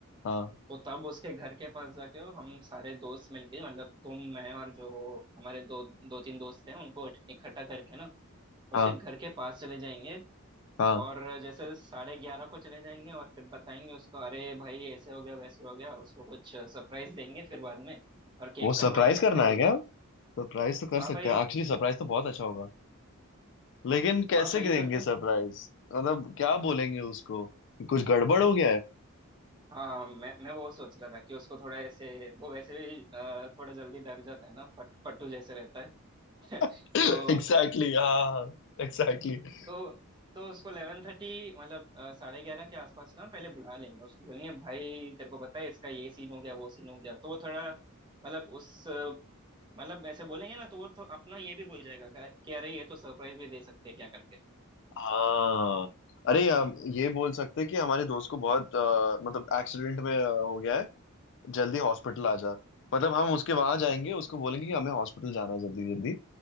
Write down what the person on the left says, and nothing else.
हाँ हाँ
हाँ
हाँ
वो सरप्राइज
करना
है क्या
सरप्राइज तो कर
सकते
हैं एक्चुअली सरप्राइज तो बहुत अच्छा होगा लेकिन कैसे
करेंगे
सरप्राइज मतलब क्या बोलेंगे उसको कि कुछ गड़बड़ हो गया है
<coughs> <laughs> एग्जैक्टली
exactly, हाँ एग्जैक्टली exactly.
हाँ अरे हम ये बोल सकते हैं कि हमारे दोस्त को बहुत अ, मतलब एक्सीडेंट में अ, हो गया है जल्दी हॉस्पिटल आ जा मतलब हम उसके वहां जाएंगे उसको बोलेंगे कि हमें हॉस्पिटल जाना है जल्दी जल्दी